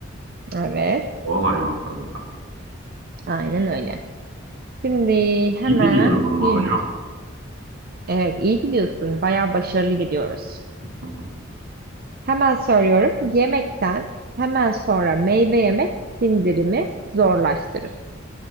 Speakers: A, on the right; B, on the right.
A: Evet,
B: Doğal hayvansallık.
A: aynen öyle. Şimdi hemen
B: İyi biliyorum ama
A: bir,
B: hocam.
A: evet iyi gidiyorsun. Bayağı başarılı gidiyoruz.
B: <laughs>
A: Hemen söylüyorum. Yemekten hemen sonra meyve yemek sindirimi zorlaştırır.